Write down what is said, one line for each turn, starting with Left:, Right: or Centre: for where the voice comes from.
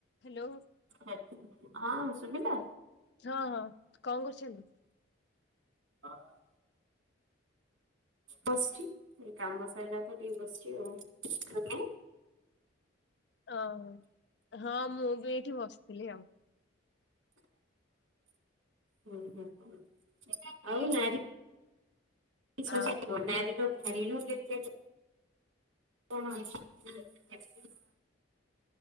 Left: Hello.
Right: Hello, ହଁ ଶୁଭିଲା।
Left: କଣ କରୁଛନ୍ତି?
Right: ହଁ। <inaudible> ବସିଛି, ଏଇ କାମ ସଇଲା ତ ଟିକେ ବସିଛି ଆଉ।
Left: ଅଁ ହଁ ମୁଁ ବି ଏଇଠି ବସିଥିଲି ଆଉ।
Right: ଉଁ ହୁଁ ହୁଁ, ଆଉ ନାରୀ <unintelligible>
Left: ଆଉ
Right: <inaudible>